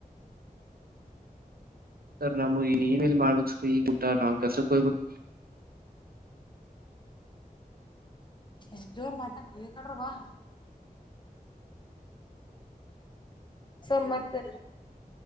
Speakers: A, on the right; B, on the left.
A: ಸರ್ ನಮ್ ಇನ್ ಏನೇಲಿ ಮಾಡ್ಬೇಕು ಸರ್ ಈಗ್ಬಿಟ್ಟಾ ನಾವ್ ಕೆಲ್ಸಕ್ ಹೋಗ್ಬಿಟ್ಟ
B: ಸ್ವಲ್ಪ ಜೋರ ಮಾತಾಡ ಲೇ ಈ ಕಡೆರ ಬಾ ಸರ್ ಮತ್ತೆ